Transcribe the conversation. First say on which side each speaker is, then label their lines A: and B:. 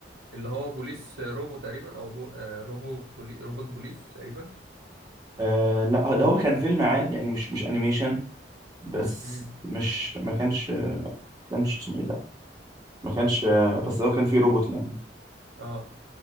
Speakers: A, on the right; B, on the right.
A: اللي هو بوليس روبو تقريبا او بو... آه، روبو بولي... روبوت بوليس تقريبا
B: آه لا ده هو كان فيلم عادي يعني مش مش انيميشن بس
A: امم
B: مش ما كانش ما كانش اسمه ايه ده ما كانش بس هو كان فيه روبوت يعني
A: اه